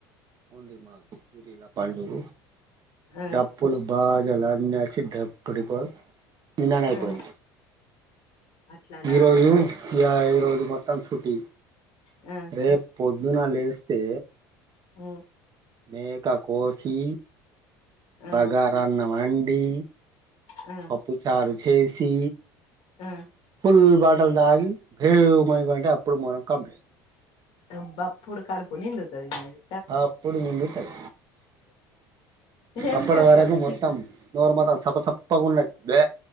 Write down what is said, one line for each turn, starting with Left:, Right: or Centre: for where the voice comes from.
Right: ఓన్లీ మాకు పిపూరీల పండుగ
Left: ఆ
Right: డప్పులు బాగాల అన్సి డబ్బడిపో నినాన అయిపోద్ది
Left: ఆ అట్లానా
Right: ఈరోజు యా ఈరోజు మొత్తం చుట్టీ
Left: ఆ
Right: రేపు పొద్దున లేస్తే
Left: మ్
Right: మేక కోసీ
Left: ఆ
Right: బగారా అన్నం వొండీ
Left: మ్
Right: పప్పుచారు చేసీ
Left: మ్
Right: ఫుల్ బాటల్ తాగి భేవ్ మనికంటే అప్పుడు మనం కంప్లీట్
Left: అబ్బాప్పుడు కడుపు నిండుతాది నీది
Right: అప్పుడు నిండుతయ్
Left: ఏం
Right: అప్పడు
Left: తెస్తారు
Right: వరకు
Left: చి
Right: మొత్తం నోరు మొత్తం సప్ప సప్పగా ఉన్నా య్ వే